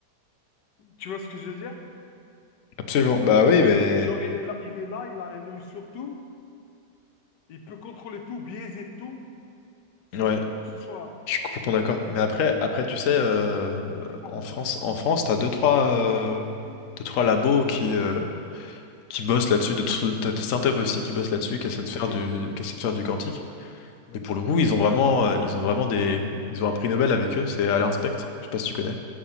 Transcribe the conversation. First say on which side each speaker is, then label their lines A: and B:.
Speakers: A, on the left; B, on the left.
A: Tu vois ce que je veux dire?
B: Absolument. Bah oui,
A: J-
B: mais
A: Genre, il est là, il est là, il a un œil sur tout, il peut contrôler tout, biaiser tout, sans
B: ouais,
A: dire quoi que ce soit.
B: je suis complètement d'accord.
A: Waouh,
B: Mais après, après, tu sais, euh,
A: c'est flippant.
B: en France,
A: hein.
B: en France, t'as deux trois, euh,
A: Hein,
B: deux trois labos qui euh,
A: hein,
B: qui bossent là-dessus. deux, trois- T'as des startups aussi qui bossent là-dessus, qui essaient
A: Ok,
B: de faire du, qui essaient de faire du quantique.
A: oui,
B: Et pour le coup, ils ont vraiment, euh, ils ont vraiment des, ils ont un prix Nobel avec eux. C'est Alain Specht. Je sais pas si tu connais.